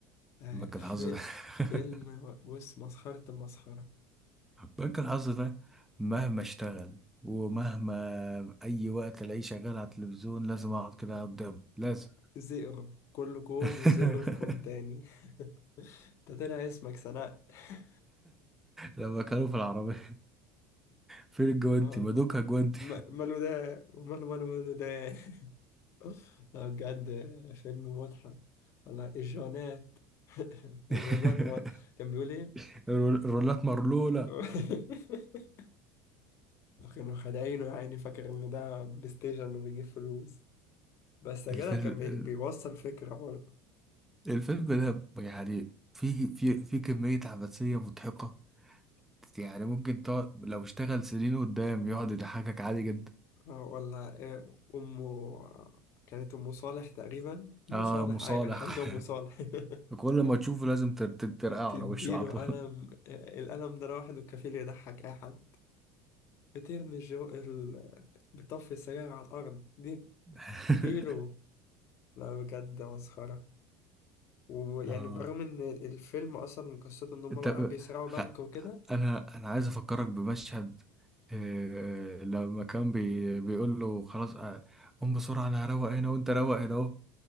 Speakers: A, on the left; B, in the centre.
A: آه،
B: بجد
A: في
B: الحظ ده
A: فيلم
B: <laughs>
A: وش مسخرة المسخرة
B: بنك الحظ ده مهما اشتغل ومهما اي وقت الاقيه شغال على التلفزيون لازم اقعد كده قدامه لازم
A: زئر كلكم
B: <laughs>
A: وزئرفكم تاني <laughs> ده طلع اسمك سناء <laughs>
B: لما كانوا في العربية فين الجوانتي
A: اه
B: مدوكها جوانتي
A: م- ماله ده ماله ماله ماله ده <laughs> لا بجد فيلم مضحك ولا الجونات <laughs>
B: <laughs>
A: الرولات ما كان بيقول ايه
B: الرولات مرلولة
A: <laughs> كانوا خدعينه يعني فاكر ان ده بلاي ستيشن وبيجيب فلوس بس يا
B: الفيلم
A: جدع كان
B: ال-
A: بي- بيوصل فكرة برضه
B: الفيلم ده يعني فيه فيه فيه كمية عبثية مضحكة يعني ممكن تقعد لو اشتغل سنين قدام يقعد يضحكك عادي جدا
A: آه، ولا إيه أمه كانت أم صالح تقريبا أم
B: اه
A: صالح
B: مصالح
A: أيوة الحاجة أم صالح
B: <laughs>
A: <laughs>
B: كل ما تشوفه لازم تر- تر- ترقع
A: تديله
B: على وشه على طول
A: قلم آه، القلم ده لوحده كفيل يضحك أي حد بترمي الجو ال... بتطفي السجاير على الأرض دي
B: <laughs>
A: اديله لا بجد مسخرة ويعني
B: اه
A: برغم إن الفيلم أصلا قصته إن هما
B: انت
A: بقى بيسرقوا
B: خ...
A: بنك وكده
B: انا انا عايز افكرك بمشهد آه، آه، لما كان بي... بيقول له خلاص آه، قوم بسرعه انا هروق هنا وانت روق هنا اهو